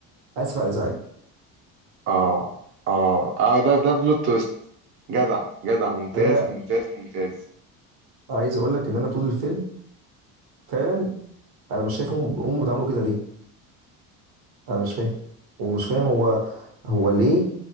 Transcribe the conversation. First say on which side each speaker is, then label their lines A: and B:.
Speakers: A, on the right; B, on the right.
A: اسف على الازعاج
B: اه اه اه ده ده بلوت تويست جدع جدع ممتاز
A: انا
B: ممتاز ممتاز
A: عايز اقول لك ان انا طول الفيلم فعلا انا مش شايف امه امه بتعامله كده ليه انا مش فاهم ومش فاهم هو هو ليه